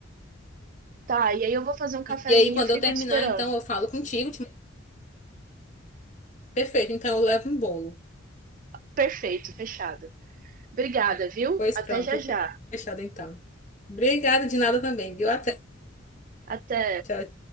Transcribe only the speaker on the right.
Tá, e aí eu vou fazer um cafezinho
e eu fico
te esperando.
Perfeito, fechado. Obrigada, viu?
Até
já já.
Até.